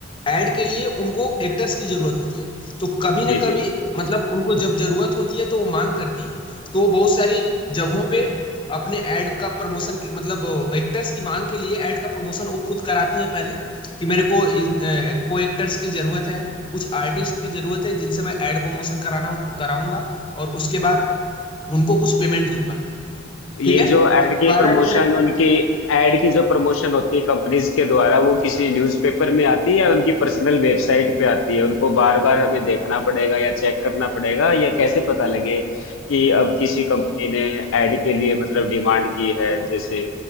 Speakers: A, on the left; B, on the left.
A: ऐड के लिए उनको एक्टर्स की जरूरत होती है तो कभी ना
B: जी
A: कभी
B: जी
A: मतलब उनको जब जरूरत होती है तो वो मांग करती हैं तो वो बहुत सारी जगहों पे अपने ऐड का प्रमोशन के मतलब एक्टर्स की मांग के लिए ऐड का प्रमोशन वो खुद कराती हैं पहले कि मेरे को इन अ, को एक्टर्स की जरूरत है कुछ आर्टिस्ट की जरूरत है जिनसे मैं ऐड प्रमोशन कराना कराऊंगा और उसके बाद उनको कुछ पेमेंट दूंगा
B: ये
A: ठीक है
B: जो एड की
A: पहला
B: प्रमोशन
A: इंटरेक्शन
B: उनकी एड की जो प्रमोशन होती है कंपनीज के द्वारा वो किसी न्यूज़पेपर में आती है या उनकी पर्सनल वेबसाइट पे आती है उनको बार बार हमें देखना पड़ेगा या चेक करना पड़ेगा या कैसे पता लगे कि अब किसी कंपनी ने एड के लिए मतलब डिमांड की है जैसे